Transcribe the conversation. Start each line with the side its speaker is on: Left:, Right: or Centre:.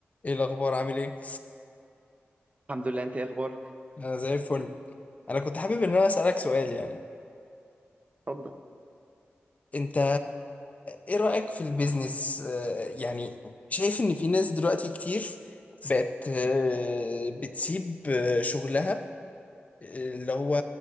Left: ايه الاخبار عامل ايه
Right: الحمد لله انت ايه اخبارك
Left: انا زي الفل انا كنت حابب ان انا اسالك سؤال يعني
Right: اتفضل
Left: انت ايه رايك في البيزنس آه، يعني شايف ان في ناس دلوقتي كتير بقت آه، بتسيب آه، شغلها آه، اللي هو